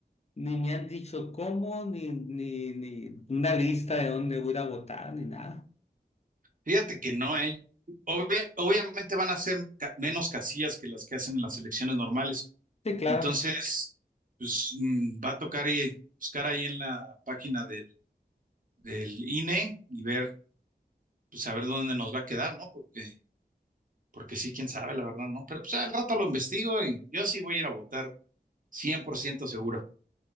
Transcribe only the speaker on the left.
ni me han dicho cómo, ni, ni, ni una lista de dónde voy a ir a votar, ni nada.
Sí, claro,